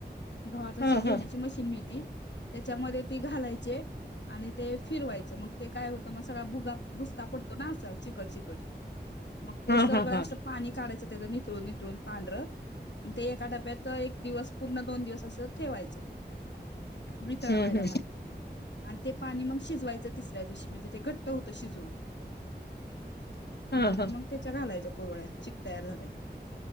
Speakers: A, on the left; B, on the left.
A: गव्हाचा
B: ह
A: चिक घेण्याची
B: ह
A: मशीन मिळती त्याच्यामध्ये ती घालायचे आणि ते फिरवायच मग ते काय होत मग सगळा भुगा नुसता पडतो ना असा चिकट चिकट मग ते
B: हा
A: सगळं
B: हा हा
A: अस पानी काढायचं त्याचं नितळूण नितळूण पांढर ते एका डब्यात एक दिवस पुर्ण दोन दिवस अस ठेवायचं. वितळवायला
B: हम्म हम्म
A: पानी आणि ते पानी मग शिजवायचं तिसऱ्या दिवशी म्हणजे ते घट्ट होत शिजून
B: हा
A: आणि
B: हा
A: मग त्याच्या घालायच्या. कुरवड्या चिक तयार झाला की